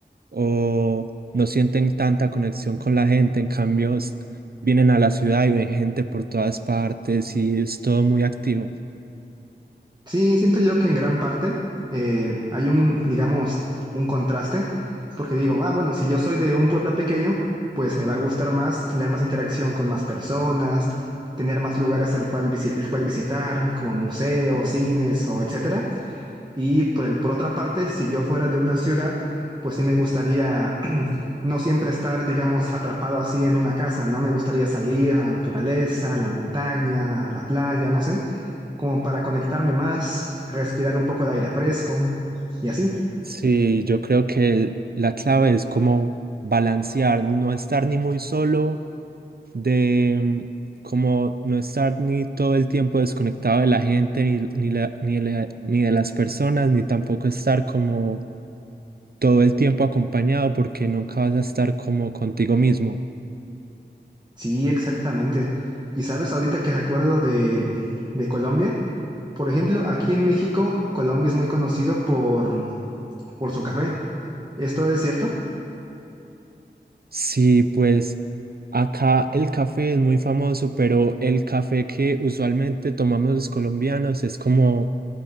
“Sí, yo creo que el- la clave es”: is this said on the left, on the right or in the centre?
Right